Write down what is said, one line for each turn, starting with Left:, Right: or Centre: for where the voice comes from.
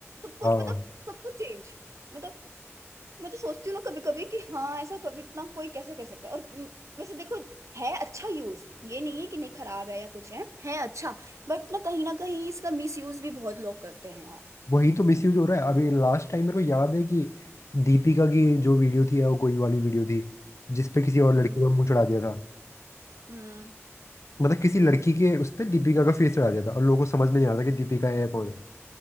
Right: सब कुछ
Left: हाँ
Right: मतलब सब कुछ चेंज मतलब मैं तो सोचती हूँ ना कभी कभी कि हाँ ऐसा कभी इतना कोई कैसे कर सकता है और उम, वैसे देखो है अच्छा यूज ये नहीं है कि नहीं खराब है या कुछ है है अच्छा बट ना कहीं ना कहीं इसका मिस यूज भी बहुत लोग करते हैं यार
Left: वही तो मिसयूज हो रहा है अभी लास्ट टाइम मेरे को याद है कि दीपिका की जो वीडियो थी वो कोई वाली वीडियो थी जिसपे किसी और
Right: हम्म
Left: लड़की का मुंह चढ़ा दिया था
Right: हम्म
Left: मतलब किसी लड़की के उस पे दीपिका का फेस चढ़ा दिया था और लोगों को समझ में नहीं आ रहा था कि दीपिका है या कौन है